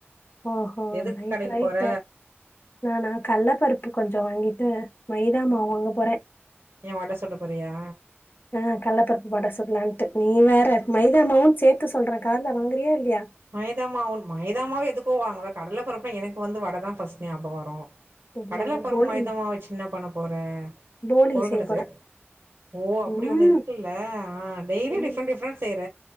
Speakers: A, on the left (about 50°); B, on the right (about 65°).
A: ஓஹோ
B: எதுக்கு
A: ரைட்
B: கடைக்கு
A: ரைட்டு
B: போற
A: நாநா கள்ள பருப்பு கொஞ்சம் வாங்கிட்டு மைதா மாவு வாங்க போறேன்
B: ஏன் வாட சுட போறியா
A: ஆ கள்ளப்பருப்பு வட சுடல்லான்ட்டு நீ வேற மைதாமாவும் சேர்த்து சொல்றேன் காதுல வாங்குறியா இல்லையா
B: மைதாமாவும் மைதாமாவ எதுக்கோ வாங்கற கடல பறப்ப எனக்கு வந்து வடை தான் ஃபஸ்ட் ஞாபக வரும்
A: இல்ல
B: கடலை
A: இல்ல
B: பருப்
A: போளி
B: மைதாமாவு வச்சு என்ன பண்ண போற
A: போளி
B: கொழுக்கட்ட
A: போறேன்.
B: செய்ய ஓ அப்டி
A: ம்.
B: ஒண்ணு இருக்குல்ல ஆ டெய்லி
A: ம்.
B: டிஃப்ரெண்ட் டிஃப்ரெண்ட் செய்ற